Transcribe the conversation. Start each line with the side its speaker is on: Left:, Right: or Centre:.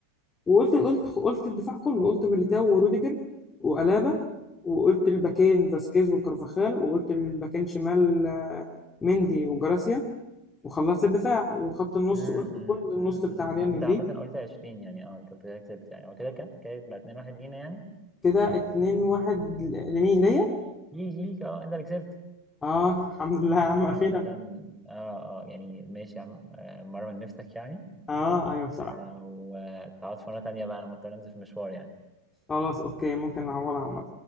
Left: وقلت قلت قلت الدفاع كله قلت ميليتاو وروديجر وألابا وقلت الباكين فاسكيز وكارفاخال وقلت الباكين شمال مندي وجراسيا وخلصت الدفاع وخط النص
Centre: أمم،
Left: قلت
Centre: أمم،
Left: كل النص بتاع
Centre: أمم،
Left: ريال
Centre: أمم.
Left: مدريد
Centre: أنت عامة قلت 20 يعني أه أنت كده كسبت يعني هو كده كام؟ كده يبقى 2-1 لينا يعني
Left: كده 2 1 لمين ليا
Centre: ليك ليك أه أنت اللي كسبت
Left: اه الحمد لله يا عم
Centre: عامة
Left: اخيرا
Centre: أه أه يعني ماشي يا عم آه، مرة من نفسك يعني
Left: اه ايوه بصراحة
Centre: آه، وتعوض في مرة تانية بقى أنا مضطر أنزل في مشوار يعني
Left: خلاص اوكي ممكن نعوضها عامة